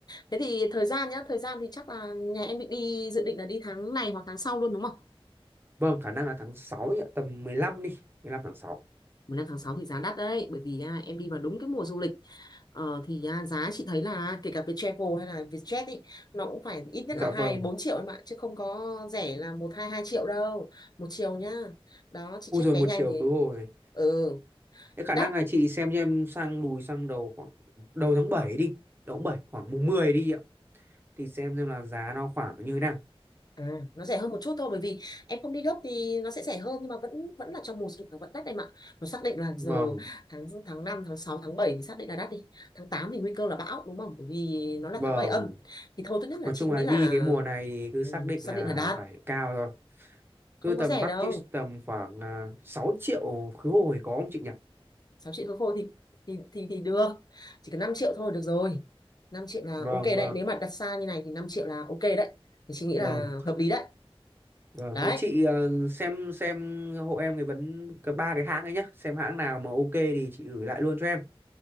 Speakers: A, on the left (about 45°); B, on the right (about 20°).
A: thế thì thời gian nhá thời gian thì chắc là nhà em định đi dự định là đi tháng này hoặc tháng sau luôn đúng không
B: Vâng, khả năng là tháng 6 ạ, tầm 15 đi, 15 tháng sáu
A: mùng năm tháng sáu thì giá đắt đấy bởi vì à, em đi vào đúng cái mùa du lịch ờ, thì à, giá chị thấy là kể cả Viettravel hay là Vietjet ý, nó cũng phải ít nhất
B: Dạ
A: là hai
B: vâng.
A: bốn triệu em ạ chứ không có rẻ là một hai hai triệu đâu một chiều nhá đó chị
B: U
A: check
B: rồi
A: vé
B: một
A: nhanh
B: chiều
A: thì
B: khứ hồi.
A: ừ
B: Thế khả
A: đắt
B: năng là chị xem cho em sang lùi sang đầu khoảng đầu tháng 7 đi, đầu tháng 7 khoảng mùng 10 đi ạ. Thì xem xem là giá nó khoảng như thế nào.
A: À, nó rẻ hơn một chút thôi bởi vì em không đi gấp thì nó sẽ rẻ hơn nhưng mà vẫn vẫn là trong mùa du lịch nó vẫn đắt em ạ. Nó xác định là
B: Vâng,
A: giờ tháng tháng năm tháng sáu tháng 7 thì xác định là đắt đi. Tháng 8 thì nguy cơ là bão đúng không? Bởi vì nó là
B: vâng.
A: tháng 7 âm. Thì thôi tốt nhất là
B: Nói
A: chị
B: chung là
A: nghĩ
B: đi
A: là
B: cái mùa này thì cứ
A: ừ,
B: xác định
A: xác
B: là
A: định là đắt,
B: phải cao rồi.
A: không
B: Cứ tầm
A: có rẻ
B: budget
A: đâu.
B: tầm khoảng à, 6 triệu khứ hồi có không chị nhỉ?
A: 6 triệu khối khô thì thì thì thì được. Chỉ cần năm triệu thôi được rồi. năm triệu là
B: Vâng,
A: ok đấy,
B: vâng,
A: nếu mà đặt xa như này thì 5 triệu là ok đấy. Thì chị nghĩ là
B: vâng.
A: hợp lý đấy.
B: Vâng,
A: Đấy.
B: thế chị ờ, xem xem hộ em cái vấn cái ba cái hãng ấy nhá, xem hãng nào mà ok thì chị gửi lại luôn cho em.